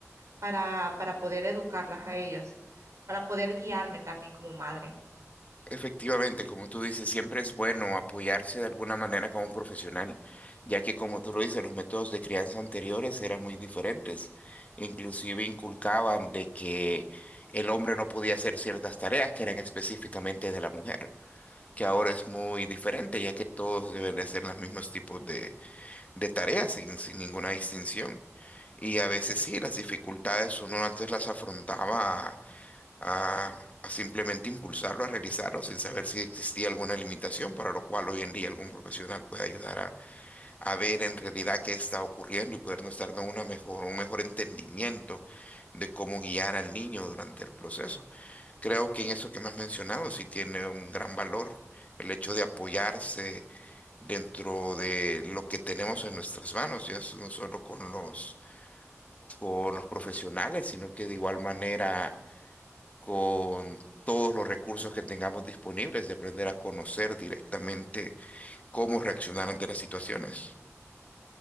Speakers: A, on the right; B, on the left.
A: para, para poder educarlas a ellas, para poder guiarme también como madre.
B: Efectivamente, como tú dices, siempre es bueno apoyarse de alguna manera con un profesional, ya que como tú lo dices, los métodos de crianza anteriores eran muy diferentes. Inclusive inculcaban de que el hombre no podía hacer ciertas tareas que eran específicamente de la mujer, que ahora es muy diferente, ya que todos deben de hacer los mismos tipos de, de tareas sin, sin ninguna distinción. Y a veces sí, las dificultades uno antes las afrontaba a, a simplemente impulsarlo a realizarlo sin saber si existía alguna limitación, para lo cual hoy en día algún profesional puede ayudar a, a ver en realidad qué está ocurriendo y podernos darnos una mejor, un mejor entendimiento de cómo guiar al niño durante el proceso. Creo que en eso que me has mencionado sí tiene un gran valor. El hecho de apoyarse dentro de lo que tenemos en nuestras manos, ya es no solo con los, con los profesionales, sino que de igual manera con todos los recursos que tengamos disponibles, de aprender a conocer directamente cómo reaccionar ante las situaciones.